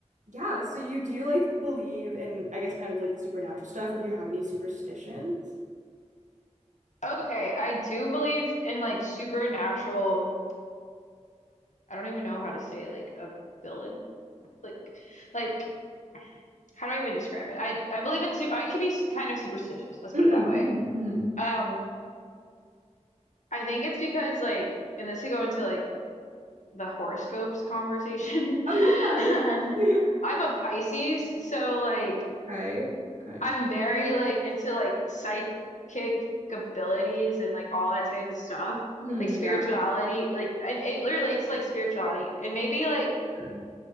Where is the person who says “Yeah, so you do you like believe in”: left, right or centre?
Right